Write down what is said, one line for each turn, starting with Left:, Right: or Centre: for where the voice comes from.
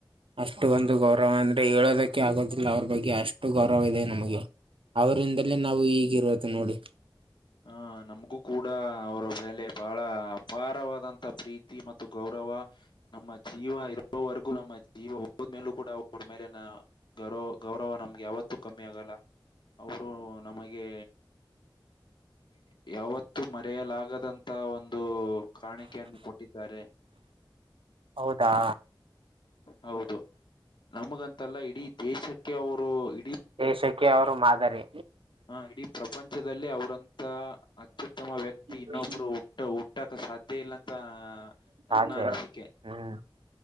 Right: ಅಷ್ಟು ಒಂದು ಗೌರವ ಅಂದ್ರೆ ಹೇಳೋದಕ್ಕೆ ಆಗೋದಿಲ್ಲ ಅವ್ರ ಬಗ್ ಗೆ ಅಷ್ಟು ಗೌರವ ಇದೆ ನಮಗೆ ಅವರಿಂದಲೇ ನಾವು ಈಗಿರೋದು ನೋಡಿ.
Left: ಹಾ ನಮ್ಗೂ ಕೂಡ ಅವರ ಮೇಲೆ ಬಹಳ. ಅಪಾರವಾದಂತಹ ಪ್ರೀತಿ ಮತ್ತು ಗೌರವ ನಮ್ಮ ಜೀವ ಇರೊ ರೊವರೆಗೂ ನಮ್ಮ ಜೀವ ಹೋದ ಮೇಲೂ ಕೂಡ ಅವ್ರ ಮೇಲಿನ. ಗರೊ ಗೌರವ ನಮ್ಗೆ ಯಾವತ್ತೂ ಕಮ್ಮಿ ಆಗಲ್ಲ ಅವರು ನಮಗೆ. ಹ್ಮ್ ಯಾವತ್ತೂ ಮರೆಯಲಾಗದಂತ ಒಂದು ಕಾಣಿಕೆಯನ್ನು ಕೊಟ್ಟಿದ್ದಾರೆ.
Right: ಹೌದಾ.
Left: ಹೌದು ನಮಗಂತಲ್ಲ ಇಡೀ ದೇಶಕ್ಕೆ ಅವರು ಇಡೀ
Right: ದೇಶಕ್ಕೆ ಅವರು ಮಾದರಿ.
Left: ಹ ಇಡೀ ಪ್ರಪಂಚದಲ್ಲೇ ಅವ್ರಂ ತ ಅತ್ಯುತ್ತಮ ವ್ಯಕ್ತಿ ಇನ್ನೊಬ್ರು
Right: ಹ್ಮ್
Left: ಹುಟ್ಟ ಹುಟ್ಟಕ ಸಾಧ್ಯ ಇಲ್ಲಂತ. ನನ್ನ
Right: ಅದೇ
Left: ಅನಿಸಿಕೆ.
Right: ಹ್ಮ್